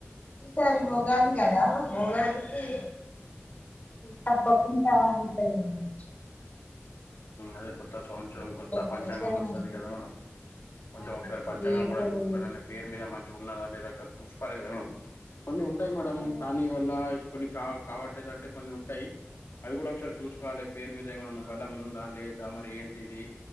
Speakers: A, on the left; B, on the left.
A: ఈసారి ఒగాది గదా ఒగాదికీ తప్పకుంటా ఐతది గావచ్చు
B: అదే కొత్తా సౌచ్రం
A: కొంచెం
B: కొత్తా
A: మంచిగానే
B: పంచాంగం ఒస్తది
A: ఉంది
B: గదా మనం కొంచెం
A: ఆ
B: ఒక్సారి పంచాంగం
A: ఇప్పుడు
B: గుడా చూస్కో నే పేరు మీద మంచిగున్నాదా లేద ఒక్సరి స్కొలే గదా మనం కొన్ని ఉంటయ్ మేడం
A: అదే
B: కానీ వల్ల కొన్ని కావ్ కావట్లేదంటే కొన్ని ఉ టై అవి గుడా ఒక్సారి చూస్కోవాలె పేరు మీద ఏమన్ బలం ఉందా లేదా మరి ఏంటిది